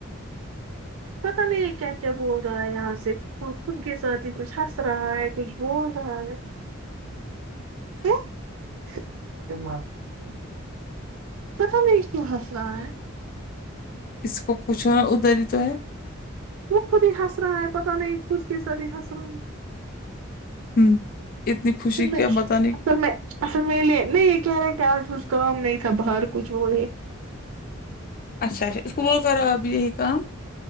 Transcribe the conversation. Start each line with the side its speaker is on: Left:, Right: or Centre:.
Right: پتا نہیں یہ کیا کیا بول رہا ہے یہاں سے وہ خود کے ساتی کچھ ہس رہا ہے کچھ بول رہا ہے <unintelligible> پتہ نہیں کیوں ہنس رہا ہے
Left: اس کو پوچھو ادھر ہی تو ہے
Right: وہ خود ہی ہس رہا ہے پتا نہیں خود کی سد ہس رہا
Left: ہوں اتنی خوشی
Right: تم نے
Left: کیا بتا نہیں
Right: ہم نے اصل میں لیے نہیں یہ کہہ رہا کہ آج کچھ کام نہیں تھا باہر کچھ وہ یہ
Left: اچھا اس کو بولو کرو آپ یہی کام